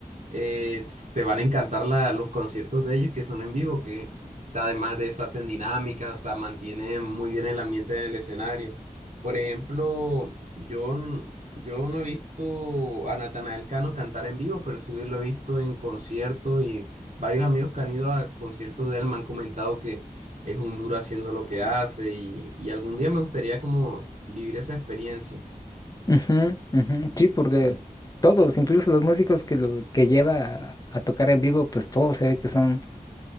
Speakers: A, on the right; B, on the left.
A: eh, s- te van a encantar la- los conciertos de ellos que son en vivo, que o sea, además de eso hacen dinámicas, o sea, mantienen muy bien el ambiente en el escenario. Por ejemplo, yo, n- yo no he visto a Natanael Cano cantar en vivo, pero sí lo he visto en conciertos y varios amigos que han ido a conciertos de él me han comentado que es un duro haciendo lo que hace y, y algún día me gustaría como vivir esa experiencia.
B: Ujú, ujú. Sí, porque todos, incluso los músicos que lo que lleva a, a tocar en vivo, pues todos se ve que son,